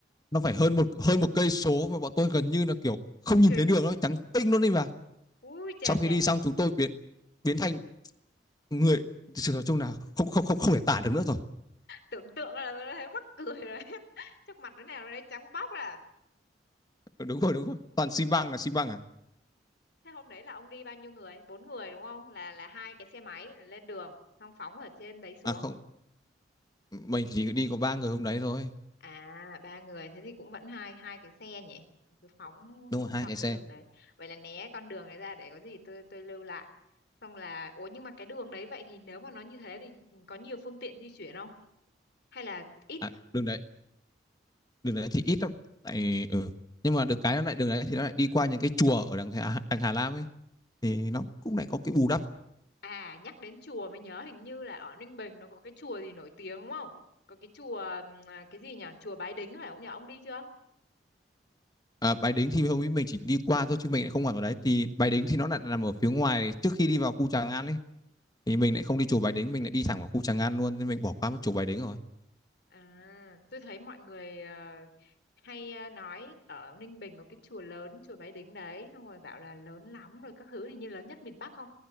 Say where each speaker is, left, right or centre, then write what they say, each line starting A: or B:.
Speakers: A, on the left; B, on the left.
A: nó phải hơn một hơn một cây số mà bọn tôi gần như là kiểu không nhìn
B: Kinh.
A: thấy đường nó trắng tinh luôn đi bà.
B: Ui chà
A: Sau khi
B: chà,
A: đi xong chúng tôi biến biến thành người sự nói chung là không không không không thể tả được nữa rồi.
B: tưởng tượng là tôi đã thấy mắc cười rồi. <laughs> Chắc mặt đứa nào nó đấy trắng bóc ra. à.
A: Ừ, Đúng rồi, đúng rồi. Toàn xi măng là xi măng à?
B: Thế hôm đấy là ông đi bao nhiêu người? Bốn người đúng không? Là là hai cái xe máy là lên đường, xong phóng ở trên đấy xuống.
A: À không, mình chỉ đi có ba người hôm đấy thôi.
B: À, ba người thế thì cũng vẫn hai hai cái xe nhỉ. Cứ phóng
A: Đúng
B: xuống
A: rồi, hai
B: dọc
A: cái
B: cái
A: xe.
B: đường đấy. Vậy là né con đường đấy ra để có gì tôi tôi lưu lại. Xong là ủa nhưng mà cái đường đấy vậy thì nếu mà nó như thế thì có nhiều phương tiện di chuyển không? Hay là ít?
A: À, đường đấy, đường đấy thì ít lắm. Tại ừ. Nhưng mà được cái nó lại đường đấy thì nó lại đi qua những cái chùa ở đằng Hà, đằng Hà Lam ấy thì nó cũng lại có cái bù đắp
B: À, nhắc đến chùa mới nhớ hình như là ở Ninh Bình nó có cái chùa gì nổi tiếng đúng không? Có cái chùa ừm, à, cái gì nhỉ? Chùa Bái Đính phải không nhỉ? Ông đi chưa?
A: À, Bái Đính thì hôm ấy mình chỉ đi qua thôi chứ mình lại không hoạt vào đấy. Thì Bái Đính thì nó lại nằm ở phía ngoài trước khi đi vào khu Tràng An ấy. Thì mình lại không đi chùa Bái Đính, mình lại đi thẳng vào khu Tràng An luôn nên mình bỏ qua mất chùa Bái Đính rồi.
B: À, tôi thấy mọi người ờ, hay ờ, nói ở Ninh Bình có cái chùa lớn, chùa Bái Đính đấy, xong rồi bảo là lớn lắm rồi các thứ hình như lớn nhất miền Bắc không?